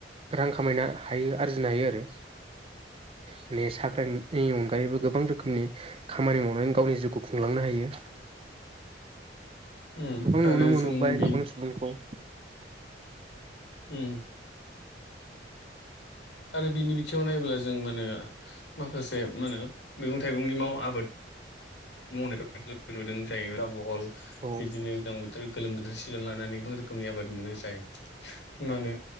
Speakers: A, on the right (about 30°); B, on the left (about 80°).
A: रां खामायनो हायो आरजिनो हायो आरो
B: <inaudible>
A: <unintelligible> हायोबा गोबां रोखोमनि खामानि मावनानै गावनि जिउखौ खुंलांनो हायो।
B: उम
A: गोबां
B: आरो
A: नुनो मोनबोबाय
B: जों बे
A: गोबां सुबुंखौ।
B: उम। आरो बिनि बिथिङाव नायोब्ला जों मानो माखासे मा होनो मैगं थाइगंनि माव आबाद <unintelligible> थोर गोलोम बोथोर
A: औ
B: सिजन लानानै गोनां रोखोमनि आबाद मोनो जाय मा होनो?